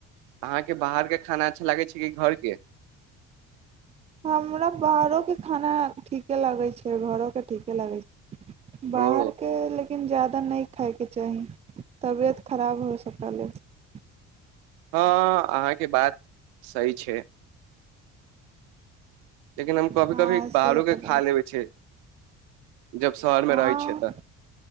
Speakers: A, on the right; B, on the right.
A: अहाँके बाहरके खाना अच्छा लागै छै कि घरके
B: हमरा बाहरोके खाना ठीके लगैत छै घरोके ठीके लगैत छै बाहरके
A: ओ
B: ल लेकिन जादा नहि खायके चाही तबियत खराब हो सकल अछि
A: हँ अहाँके बात सही छै लेकिन हम कभी
B: हँ
A: कभी
B: से
A: बाहरो
B: तऽ
A: के
B: बात
A: खा लेबै छै जब शहरमे
B: हँ
A: रहय छियै तऽ